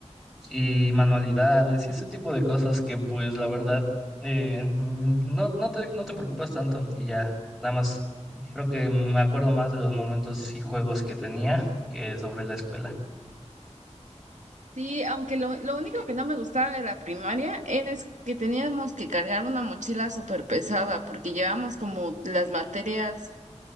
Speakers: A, in the centre; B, on the right (about 75°).
A: y manualidades y ese tipo de cosas que pues la verdad eh, mm, no, no te, no te preocupas tanto y ya, nada más creo que me acuerdo más de los momentos y juegos que tenía que sobre la escuela.
B: Sí, aunque lo, lo único que no me gustaba de la primaria era es que teníamos que cargar una mochila súper pesada porque llevamos como las materias,